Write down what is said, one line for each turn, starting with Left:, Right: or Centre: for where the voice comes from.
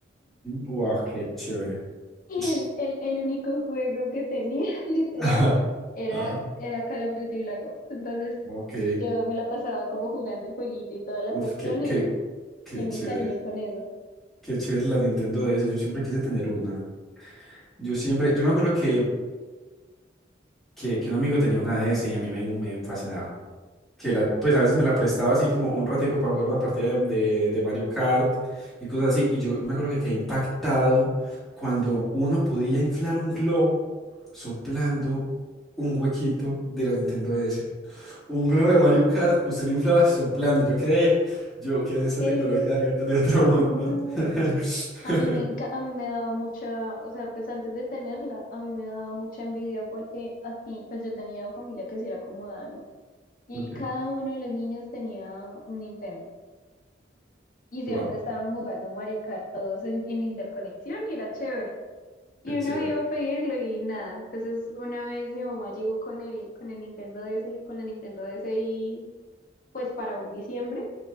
Centre: Wow, qué chévere.
Left: <laughs> y
Centre: <laughs>
Left: el, el, el único juego que tenía, <laughs> literal,
Centre: Ajá.
Left: era,
Centre: Ajá.
Left: era Call of Duty Black Ops. Entonces
Centre: Ok.
Left: yo me la pasaba como jugando el jueguito y toda la
Centre: Uf,
Left: cuestión.
Centre: qué,
Left: y
Centre: qué, qué
Left: Y
Centre: chévere.
Left: me encariñé con eso.
Centre: Qué chévere la Nintendo DS. Yo siempre quise tener una. Yo siempre, yo me acuerdo que que, que un amigo tenía una DS y a mí me, me fascinaba. Que la, pues a veces me la prestaba así como un ratico para jugar una partida de, de- de Mario Kart y cosas así. Y yo me acuerdo que quedé impactado cuando uno podía inflar un globo soplando un huequito de la Nintendo DS. Un globo de Mario Kart, usted lo inflaba soplando. Yo quedé, yo, ¿qué es esta
Left: Eh,
Centre: tecnología de, de otro mundo?
Left: guau.
Centre: <laughs>
Left: A mí me enca- a mí me daba mucha, o sea, pues antes de tenerla, a mí me daba mucha envidia porque aquí, pues yo tenía familia que sí era acomodada, ¿no? Y
Centre: Okay.
Left: cada uno de los niños tenía un Nintendo y siempre
Centre: Wow,
Left: estaban jugando Mario Kart todos en, en interconexión y era chévere. Y
Centre: qué chévere.
Left: uno iba a pedirlo y nada. Entonces una vez mi mamá llegó con el, con el Nintendo DS, con la Nintendo DS y pues para un diciembre.